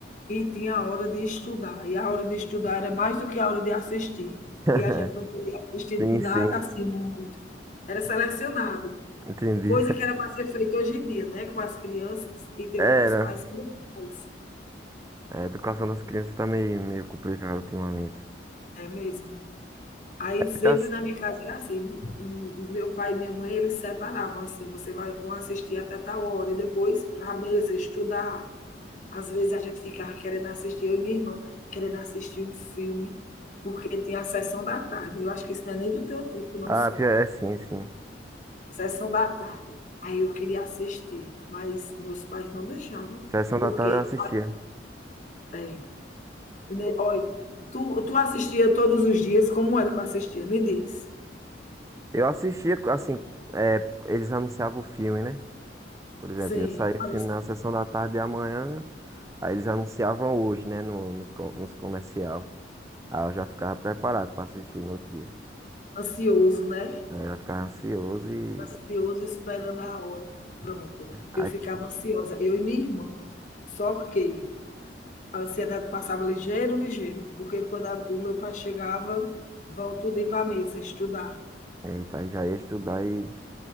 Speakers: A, on the left (about 40°); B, on the right (about 15°).
A: e tinha a hora de estudar. E a hora de estudar era mais do que a hora de assistir.
B: <laughs>
A: E a gente não podia assistir
B: Sim,
A: nada
B: sim,
A: assim, era selecionado.
B: entendi.
A: Coisa que era para ser feita hoje em dia, né? Com as crianças, e tem
B: Era.
A: muitos pais que não faz.
B: É, A educação das crianças tá meio, meio complicada ultimamente.
A: É mesmo. Aí sempre
B: Tá...
A: na minha casa era assim, m- m- meu pai e minha mãe, eles separavam assim, você vai vão assistir até tal hora e depois para a mesa estudar. Às vezes a gente ficava querendo assistir, eu e minha irmã, querendo assistir um filme, porque tinha a sessão da tarde. Eu acho que isso não é nem do teu tempo, não
B: Ah,
A: sei.
B: pior é, sim, sim.
A: Sessão da tarde. Aí eu queria assistir, mas meus pais não deixavam,
B: Sessão da
A: porque,
B: tarde eu assistia.
A: é, né, olha, tu, tu assistia todos os dias, como era que eu assistia? Me diz.
B: Eu assistia, assim, é, eles anunciavam o filme, né? Por exemplo,
A: Sim,
B: ia sair o
A: a
B: filme na sessão da tarde e amanhã, aí eles anunciavam hoje, né, no, nos, co- nos comercial. Aí eu já ficava preparado pra assistir no outro dia.
A: Ansioso, né?
B: Aí eu já ficava ansioso e.
A: Ansioso esperando a hora. Pronto,
B: Aí,
A: eu ficava
B: t-
A: ansiosa, eu e minha irmã. Só que a ansiedade passava ligeiro, ligeiro, porque quando a- o meu pai chegava, vão tudo ir para a mesa estudar.
B: eita, aí já ia estudar e.